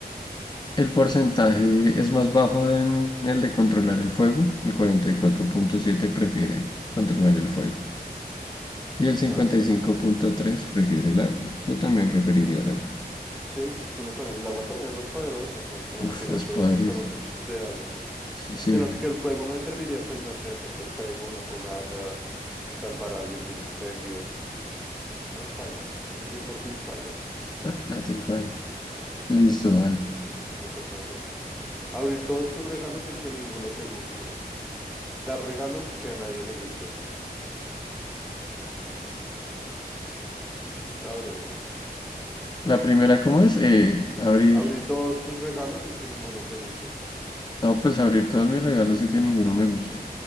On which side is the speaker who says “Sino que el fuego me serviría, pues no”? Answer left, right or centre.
Centre